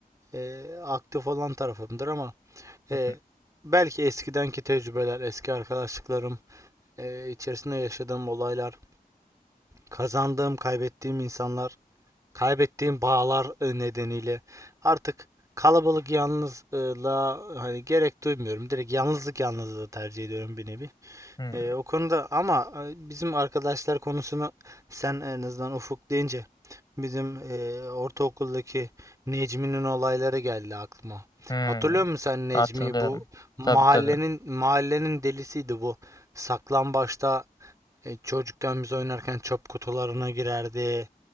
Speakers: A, on the right (about 20°); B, on the left (about 25°).
A: e, aktif olan tarafımdır ama E,
B: Hı hı,
A: belki eskidenki tecrübeler, eski arkadaşlıklarım, e, içerisinde yaşadığım olaylar, kazandığım, kaybettiğim insanlar, kaybettiğim bağlar e, nedeniyle artık kalabalık yalnızlığa hani gerek duymuyorum. Direkt yalnızlık yalnızlığı tercih ediyorum bir nevi.
B: hı
A: E, o konuda ama e, bizim arkadaşlar konusunu sen en azından Ufuk deyince Bizim eee, ortaokuldaki Necmi'nin olayları geldi aklıma.
B: hı.
A: Hatırlıyor musun sen Necmi'yi?
B: Hatırlıyorum.
A: Bu mahallenin
B: Tabii tabii.
A: mahallenin delisiydi bu. Saklambaçta e, çocukken biz oynarken çöp kutularına girerdi.